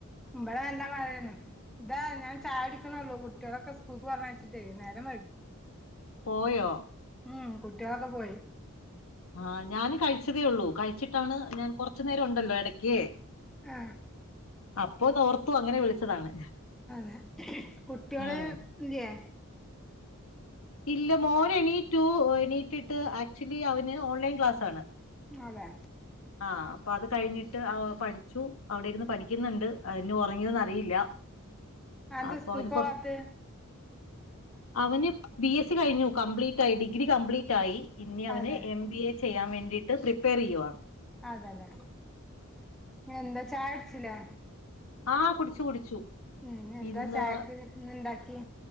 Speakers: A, in the centre; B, on the left.
A: ഇമ്പടെ നല്ല മഴാണ്. ഇതാ ഞാൻ ചായടിക്കണള്ളൂ കുട്ടികളൊക്കെ സ്കൂൾക്ക് പറഞ്ഞയച്ചി നേരം വൈകി.
B: പോയോ
A: ഉം കുട്ടികളൊക്കെ പോയി
B: ആഹ ഞാന് കഴിച്ചതേ ഉള്ളൂ കഴിച്ചിട്ടാണ് ഞാൻ കൊറച്ചു നേരം ഉണ്ടല്ലോ ഇടക്കേ
A: ആഹ്
B: അപ്പൊ തോർത്തു അങ്ങനെ വിളിച്ചതാണ്
A: അതെ കുട്ടികള്
B: ഉം
A: ഇല്ല്യേ
B: ഇല്ല മോൻ എണീറ്റു എണീറ്റിട്ട് ആക്ച്വലി അവന് ഓൺലൈൻ ക്ലാസാണ്
A: അതെ
B: ആഹ അപ്പൊ അത് കഴിഞ്ഞിട്ട് പഠിച്ചു അവിടെ ഇരുന്ന് പഠിക്കുന്നുണ്ട് അതി ഞ്ഞ് ഉറങ്ങ്യോന്ന് അറിയില്ല
A: അന്ത
B: അപ്പൊ
A: സ്കൂക്കോവാത്തെ
B: അവന് കൊറ അവന് ബി എസ് സി കഴിഞ്ഞു complete I D degree complete ആയി ഇനി അവന്
A: അതെ
B: എം ബി എ ചെയ്യാൻ വേണ്ടിയിട്ട് പ്രിപ്പയർ ചെയ്യുവാ
A: അതെല്ലേ എന്താ ചായുടിച്ചില്ലേ?
B: ആഹ് കുടിച്ചു കുടിച്ചു.
A: ഉം എന്താ
B: ഇന്ന്
A: ചായക്ക് ഇന്ന് ഇണ്ടാക്കിയേ?